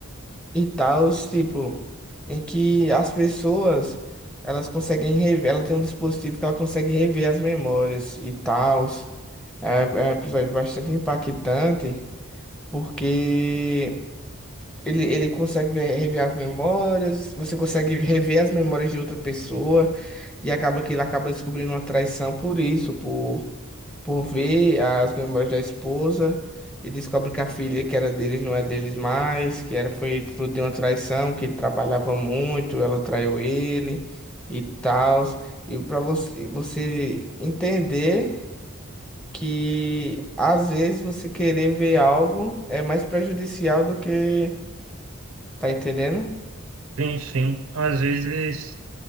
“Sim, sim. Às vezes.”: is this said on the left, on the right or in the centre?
Right